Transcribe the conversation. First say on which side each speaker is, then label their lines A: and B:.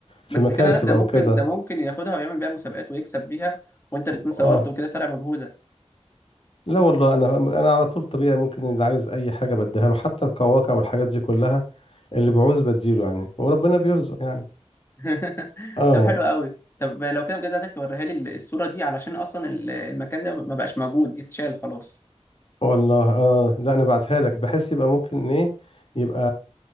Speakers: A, on the left (about 20°); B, on the left (about 55°).
A: بس
B: في مكاسب
A: كده لا ده
B: او
A: ممكن
B: كده
A: ده ممكن ياخدها ويعمل بيها مسابقات ويكسب بيها وأنت اللي تكون صورت
B: اه
A: وكده سرق مجهودك
B: لا والله انا انا على طول طبيعي ممكن اللي عايز اي حاجه بديها له حتى القواقع والحاجات دي كلها اللي بعوز بديله يعني وربنا بيرزق يعني
A: <laughs>
B: اه
A: طب حلو قوي طب لو كده بجد عايزك توريها لي الصورة دي علشان أصلا ال- المكان ده ما بقاش موجود اتشال خلاص
B: والله اه لا انا بعتها لك بحيث يبقى ممكن ايه يبقى